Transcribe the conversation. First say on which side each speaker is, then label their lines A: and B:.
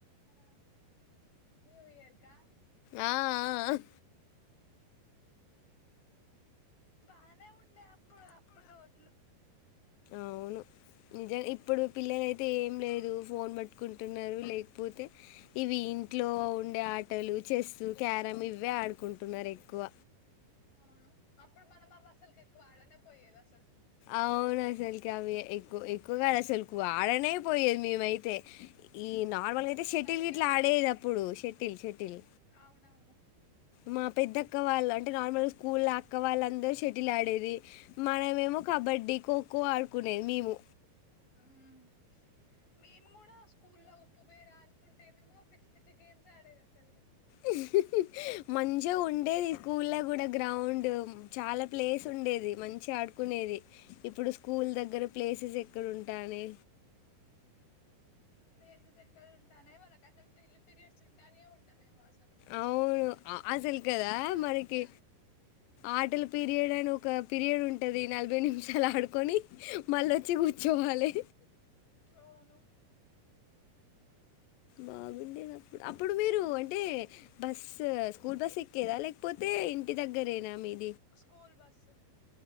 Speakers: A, on the left; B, on the left.
A: ఆ న్యూ ఇయర్కా
B: ఆ ఆ అహ్
A: బానే ఉండే అప్పుడు అప్పుడు రోజులు
B: అవును నిజ ఇప్పుడు పిల్లలు అయితే ఏం లేదు ఫోన్ పట్టుకుంటున్నారు లేకపోతే ఇవి ఇంట్లో ఉండే ఆటలు చెస్సు క్యారమ్ ఇవ్వే ఆడుకుంటున్నారు ఎక్కువ
A: అవును అప్పుడు మనం అవ్ అసల్కి ఎక్కువ ఆడనే పోయేదా
B: అవును అసల్కి అవి ఎక్కు ఎక్కువ్గా అసలు ఆడనే పోయేది మేమైతే ఈ నార్మల్
A: అన్ని
B: అయితే షటిల్
A: బయటనే
B: ఇట్లా ఆడేది అప్పుడు షెటిల్ షటిల్
A: అవునవును
B: మా పెద్దక్క వాళ్ళు అంటే నార్మల్గా స్కూల్ అక్క వాళ్ళందరూ షెటిల్ ఆడేది మనమేమో కబడ్డీ ఖోఖో ఆడుకునేది మేము
A: ఊమ్ మేమ్ గూడా స్కూల్ లో ఉప్పు బేరా అనుకుంట ఏమేమో పిచ్చి పిచ్చి గేమ్స్ ఆడేది అసలు
B: ఇహిహి మంచిగ ఉండేది స్కూల్ల గూడా గ్రౌండ్ చాలా ప్లేస్ ఉండేది మంచ్చ ఆడుకునేది ఇప్పుడు స్కూల్ దగ్గర ప్లేసెస్ ఎక్కడ ఉంటానే
A: ప్లేసెస్ ఎక్కడ ఉంటానై వాళ్ళకి అసలు ఢ్రిల్లు పీరియడ్స్ ఉంటానయో ఉంటాలేవో అస్
B: అవును అ అసల్ కదా
A: చదువు
B: మనకి
A: చదువు
B: ఆటల పిరియడ్ అను ఒక పీరియడ్ ఉంటది నలభై నిమిషాలు ఆడుకొని మళ్ళ ఒచ్చి గూచ్చోవాలే
A: అవును
B: బాగుండేది అప్పుడు అప్పుడు మీరు అంటే బస్స్ స్కూల్ బస్ ఎక్కేదా లేకపోతే ఇంటి దగ్గరేనా మీది
A: స్కూల్ బస్సు